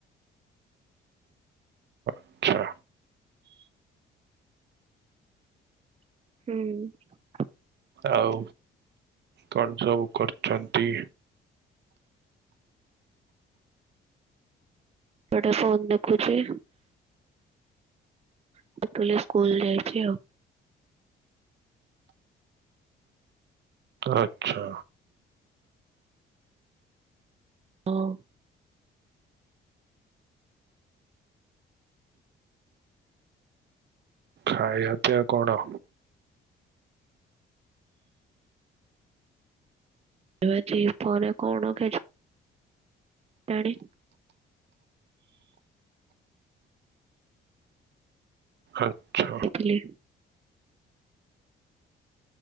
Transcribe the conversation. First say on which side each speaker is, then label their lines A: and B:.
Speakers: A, on the right; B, on the right.
A: ଆଚ୍ଛା
B: ହୁଁ।
A: ଆଉ କଣ ସବୁ କରୁଚନ୍ତି।
B: ଏଇଠି ଫୋନ୍ ଦେଖୁଚି। ପୁଟଲି ସ୍କୁଲ ଯାଇଚି ଆଉ।
A: ଆଚ୍ଛା
B: ହୋଉ।
A: ଖାଇବା ପିଆ କଣ?
B: ଆଜି ଦିପହରେ କଣ ଖାଇଚ? ତାଡ଼ିି?
A: ଆଚ୍ଛା
B: ଦେଖିଲେ